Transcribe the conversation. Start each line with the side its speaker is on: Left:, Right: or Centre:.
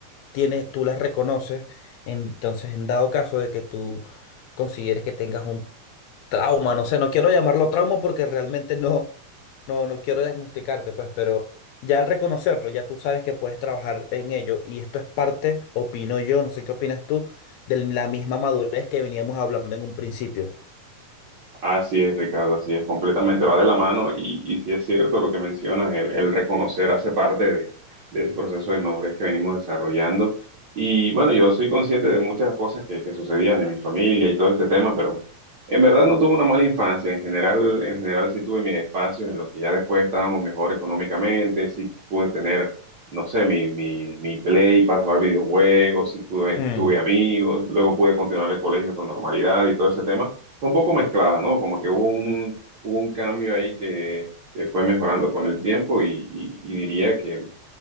Left: tienes, tú las reconoces. Entonces, en dado caso de que tú consideres que tengas un trauma, no sé, no quiero llamarlo trauma porque realmente no, no, no quiero diagnosticarte, pues, pero ya al reconocerlo, ya tú sabes que puedes trabajar en ello y esto es parte, opino yo, no sé qué opinas tú, de la misma madurez que veníamos hablando en un principio.
Right: Así es, Ricardo, así es, completamente va de la mano y, y sí es cierto lo que mencionas, el, el reconocer hace parte de, de ese proceso de madurez que venimos desarrollando. Y bueno, yo soy consciente de muchas cosas que, que sucedían en mi familia y todo este tema, pero en verdad no tuve una mala infancia. En general, en general sí tuve mis espacios en los que ya después estábamos mejor económicamente, sí pude tener, no sé, mi, mi, mi play para jugar videojuegos, sí tuve,
Left: Mm,
Right: tuve amigos, luego pude continuar el colegio con normalidad y todo ese tema fue un poco mezclada, ¿no? Como que hubo un, hubo un cambio ahí que, que fue mejorando con el tiempo y, y- y diría que,